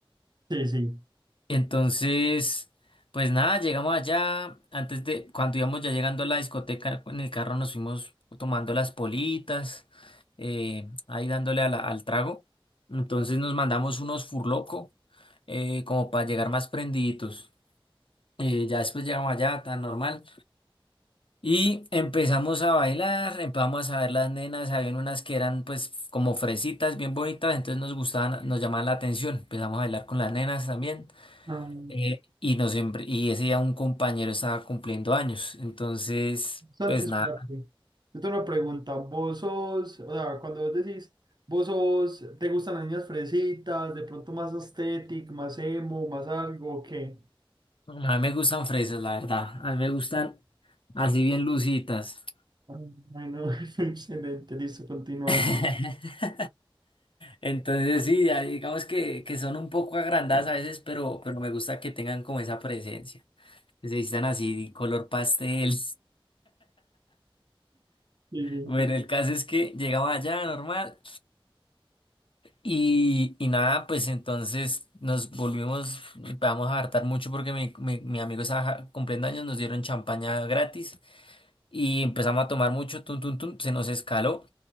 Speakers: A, on the right; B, on the left.
A: Sí, sí.
B: Entonces, pues nada, llegamos allá, antes de, cuando íbamos ya llegando a la discoteca, en el carro nos fuimos tomando las politas, eh, ahí dándole a la- al trago. Entonces nos mandamos unos furloco, eh, como para llegar más prendiditos. Eh, ya después llegamos allá, tan normal. Y empezamos a bailar, empezamos a ver las nenas. Habían unas que eran pues como fresitas, bien bonitas, entonces nos gustaban, nos llamaban la atención. Empezamos a bailar con las nenas también.
A: Ah,
B: eh, y, nos, empre- y ese día un compañero estaba cumpliendo años. Entonces,
A: Santis
B: pues nada,
A: Prati, yo tengo una pregunta. Vos sos, o sea, cuando vos decís, vos sos, ¿te gustan las niñas fresitas, de pronto más aesthetic, más emo, más algo, o qué?
B: a mí me gustan fresas, la verdad. A mí me gustan así bien lucitas.
A: Ah, Bueno, <laughs> excelente, listo, continúa.
B: <laughs> Entonces sí, ya digamos que, que son un poco agrandadas a veces, pero, pero me gusta que tengan como esa presencia. que se vistan así color pastel. <laughs>
A: Sí, sí,
B: Bueno, el caso es que llegaba allá normal y, y nada, pues entonces nos volvimos, empezamos a hartar mucho porque mi, mi, mi amigo estaba ja, cumpliendo años, nos dieron champaña gratis y empezamos a tomar mucho, tun, tun, tun, se nos escaló.